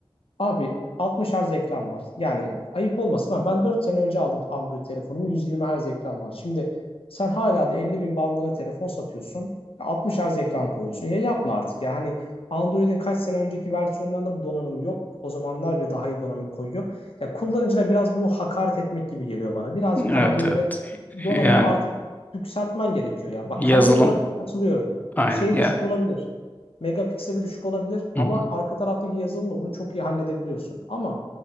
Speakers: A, on the left; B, on the left.
A: Abi 60 Hz ekran var. Yani ayıp olmasın ama ben 4 sene önce aldım Android telefonumu. yüz yirmi Hz ekran var. Şimdi sen hala da 50 bin bandına telefon satıyorsun. altmış Hz ekran koyuyorsun. Ya yapma artık ya. Hani Android'in kaç sene önceki versiyonlarında bu donanım yok. O zamanlar bir daha iyi donanım koyuyor. Ya kullanıcına biraz bu hakaret etmek gibi geliyor bana. Birazcık
B: evet
A: daha böyle
B: evet.
A: donanımı
B: Yani
A: artık yükseltmen gerekiyor ya. Bak
B: yazılım
A: kamera tarafına katılıyorum.
B: Aynen
A: Şeyi
B: ya.
A: düşük olabilir megapikseli düşük olabilir
B: Hı
A: ama
B: hı.
A: arka taraftaki yazılımla bunu çok iyi halledebiliyorsun. Ama